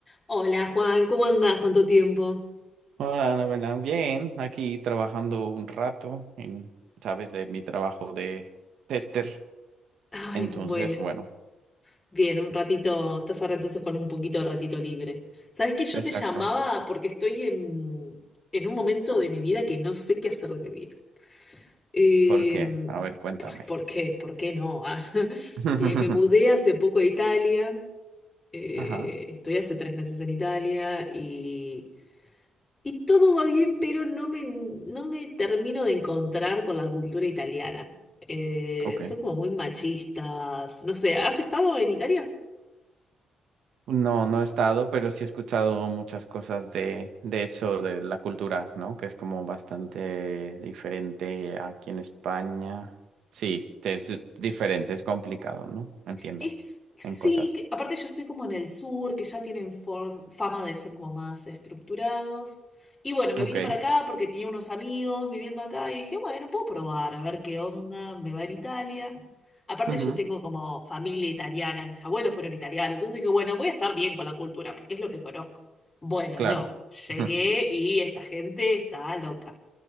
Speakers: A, on the left; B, on the right.
A: Hola Juan, ¿cómo andás tanto tiempo?
B: Hola, Ana Bien, aquí trabajando un rato en, sabes, de mi trabajo de tester.
A: Ay,
B: Entonces,
A: bueno.
B: bueno,
A: Bien, un ratito, estás ahora entonces con un poquito de ratito libre. Sabes que yo
B: exacto.
A: te llamaba porque estoy en, en un momento de mi vida que no sé qué hacer de mi vida. Eh,
B: ¿Por qué? A ver, cuéntame.
A: ¿por, por qué? ¿Por qué no? ah? <laughs>
B: <laughs>
A: Eh, me mudé hace poco a Italia, eh,
B: Ajá,
A: estoy hace tres meses en Italia y Y todo va bien, pero no me, no me termino de encontrar con la cultura italiana. Eh,
B: ok.
A: son como muy machistas. No sé, ¿has estado en Italia?
B: No, no he estado, pero sí he escuchado muchas cosas de, de eso, de la cultura, ¿no? Que es como bastante diferente aquí en España. Sí, es diferente, es complicado, ¿no? Entiendo
A: Es, sí,
B: en cosas.
A: que- aparte yo estoy como en el sur, que ya tienen form- fama de ser como más estructurados. Y bueno, me
B: Ok.
A: vine para acá porque tenía unos amigos viviendo acá y dije, bueno, puedo probar, a ver qué onda, me va en Italia. Aparte
B: Ujú,
A: yo tengo como familia italiana, mis abuelos fueron italianos, entonces dije, bueno, voy a estar bien con la cultura porque es lo que conozco. Bueno,
B: Claro.
A: no, llegué
B: <laughs>
A: y esta gente está loca.